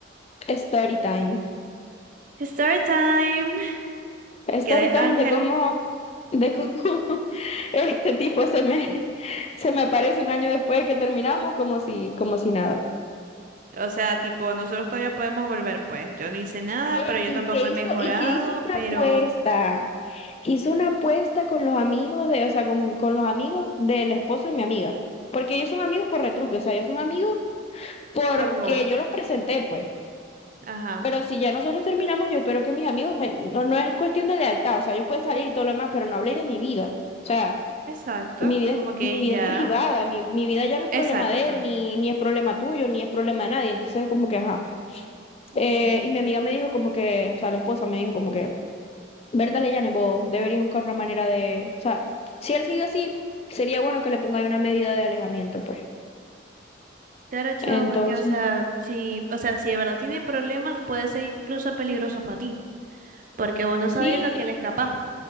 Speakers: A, on the left; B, on the right.
A: Story time.
B: Story time.
A: Story
B: Quedé
A: time
B: Ángel.
A: de cómo, de cómo <laughs> este tipo se me, se me aparece un año después de que terminamos, como si, como si nada.
B: O sea, tipo, nosotros todavía podemos volver, pues. Yo no hice nada,
A: Eh,
B: pero yo
A: y
B: tampoco
A: que hizo,
B: he mejorado,
A: y que hizo una
B: pero
A: apuesta. Hizo una apuesta con los amigos de, o sea, con, con los amigos del esposo de mi amiga. Porque ellos son amigos por retruque, o sea, ellos son amigos porque
B: por vos.
A: yo los presenté, pues.
B: Ajá.
A: Pero si ya nosotros terminamos, yo espero que mis amigos me... No, no es cuestión de lealtad, o sea, ellos pueden salir y todo lo demás, pero no habléis de mi vida. O sea,
B: Exacto,
A: mi vida
B: como
A: es,
B: que
A: mi
B: ella,
A: vida es privada, mi, mi vida ya no es
B: exacto.
A: problema de él, ni, ni es problema tuyo, ni es problema de nadie. Entonces, como que, ajá.
B: Ujú.
A: Eh, y mi amiga me dijo como que, o sea, la esposa me dijo como que, Berta Leyane, vos deberías buscar una manera de... O sea, si él sigue así, sería bueno que le pongáis una medida de alejamiento, pues.
B: Claro, chavo,
A: Entonces,
B: porque, o sea, si, o sea, si de verdad tiene problemas, puede ser incluso peligroso para ti, porque vos no
A: sí,
B: sabías lo que él es capaz,